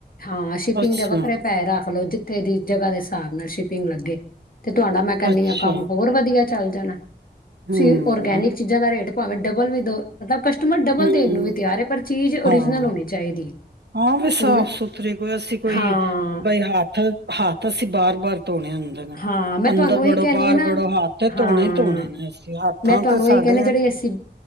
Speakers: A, on the left (about 55°); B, on the right (about 75°).
A: ਹਾਂ ਸ਼ਿਪਿੰਗ
B: ਅੱਛਾ,
A: ਦੇ ਵੱਖਰੇ ਪੈਹੇ ਰੱਖ ਲੋ ਜਿੱਥੇ ਦੀ ਜਗਾ ਦੇ ਹਿਸਾਬ ਨਾਲ ਸ਼ਿਪਿੰਗ ਲੱਗੇ। ਤੇ ਤੁਹਾਡਾ ਮੈਂ ਕਹਿੰਦੀ
B: ਅੱਛਾ,
A: ਹਾਂ ਕੰਮ ਹੋਰ ਵਧੀਆ। ਚੱਲ ਜਾਣਾ। ਤੁਸੀ
B: ਹੂੰ,
A: ਔਰਗੈਨਿਕ ਚੀਜ਼ਾਂ ਦਾ ਰੇਟ ਡਬਲ ਵੀ ਦੋ ਮਤਲਬ ਕਸ਼ਟਮਰ ਕਸ਼ਟਮਰ ਡਬਲ
B: ਹੂੰ,
A: ਦੇਣ ਨੂੰ ਵੀ ਤਿਆਰ ਹੈ ਪਰ ਚੀਜ਼ ਓਰੀਜਨਲ
B: ਹਾਂ,
A: ਹੋਣੀ ਚਾਹੀਦੀ।
B: ਹਾਂ ਵੀ ਸਾਫ਼
A: ਹੁਣ
B: ਸੁਥਰੀ ਕੋਈ ਅਸੀਂ ਕੋਈ
A: ਹਾਂ
B: ਬਈ ਹੱਥ ਹੱਥ ਅਸੀਂ ਬਾਰ ਬਾਰ ਧੋਣੇ ਹੁੰਦੇ ਨੇ
A: ਹਾਂ ਮੈਂ
B: ਅੰਦਰ
A: ਤੁਹਾਨੂੰ
B: ਵੜੋ
A: ਉਹੀ ਕਹਿੰਦੀ
B: ਬਾਹਰ
A: ਹਾਂ ਨਾ
B: ਵੜੋ ਹੱਥ ਤੇ
A: ਹਾਂ
B: ਧੋਣੇ ਹੀ ਧੋਣੇ ਨੇ ਅਸੀਂ ਹੱਥਾਂ
A: ਮੈਂ ਤੁਹਾਨੂੰ
B: ਤੇ
A: ਇਹੀ
B: ਸਾਡੇ
A: ਕਹਿੰਦੇ ਜਿਹੜੇ ਅਸੀਂ